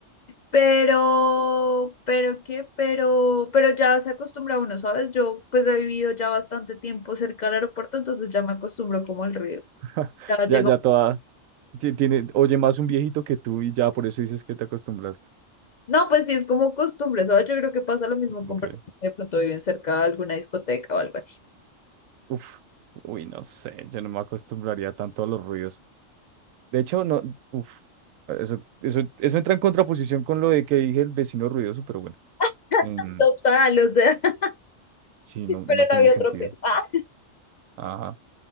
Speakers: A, on the left; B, on the right.
A: Pero, pero qué, pero, pero ya se acostumbra uno, ¿sabes? Yo pues he vivido ya bastante tiempo cerca del aeropuerto, entonces ya me acostumbro como al ruido.
B: <laughs>
A: Ya llega
B: Ya, ya toda, Ti- Tiene, oye más un viejito que tú y ya por eso dices que te acostumbraste.
A: No, pues sí, es como costumbre, ¿sabes? Yo creo que pasa lo mismo
B: Ok.
A: con personas que de pronto viven cerca de alguna discoteca o algo así.
B: Uf, uy, no sé, yo no me acostumbraría tanto a los ruidos. De hecho, no, uf, eso, eso, eso entra en contraposición con lo de que dije el vecino ruidoso, pero bueno,
A: <laughs>
B: Mm. em,
A: Total, o sea, <laughs>
B: sí, no,
A: pero
B: no tiene
A: no había
B: sentido.
A: otra opción. Ah.
B: Ajá,